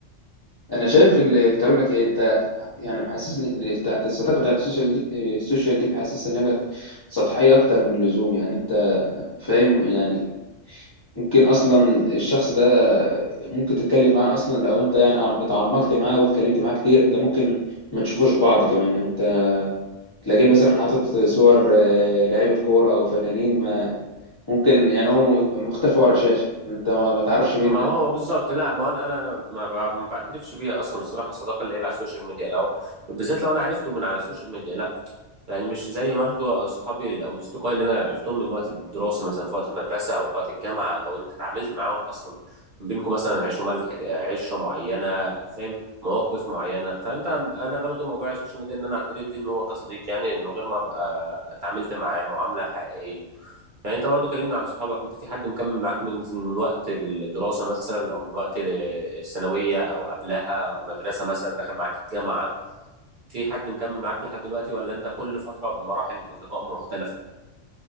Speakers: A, on the left; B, on the right.
A: انا شايف اللي بتقول لك ايه انت يعني محسسني اللي بتاعت الصداقة بتاعت السوشيال دي إيه، السوشيال دي بحسسها إنها بقت سطحية أكتر من اللزوم يعني أنت فاهم يعني ممكن أصلا الشخص ده ممكن تتكلم معاه أصلا لو أنت يعني عم- اتعمقت معاه واتكلمت معاه كتير أنت ممكن ما تشوفوش بعض كمان يعني أنت تلاقيه مثلا حاطط صور آه، لعيبة كورة أو فنانين ما ممكن يعني هو م- مختفي ورا شاشة أنت ما ما تعرفش مين
B: ما
A: ده
B: هو بالظبط لا ما انا انا أنا ما ب- ما بعترفش بيها اصلا الصراحه الصداقه اللي هي على السوشيال ميديا لو بالذات لو انا عرفته من على السوشيال ميديا لا يعني مش زي برضه صحابي او اصدقائي اللي انا عرفتهم من وقت الدراسه مثلا في وقت المدرسه او في وقت الجامعه او انت اتعاملت معاهم اصلا بينكم مثلا عيش وملح حك- عشره معينه فاهم مواقف معينه فانت انا بلغي موضوع السوشيال ميديا ان انا اعترف بيه ان هو كصديق يعني من غير ما ابقى اتعاملت معاه معامله حقيقيه يعني انت برضو كلمنا عن صحابك انت في حد مكمل معاك من من وقت الدراسه مثلا او من وقت الثانويه او قبلها مدرسه مثلا دخل معاك الجامعه في حد مكمل معاك لحد دلوقتي ولا انت كل فترة بمراحل أصدقاء مختلفة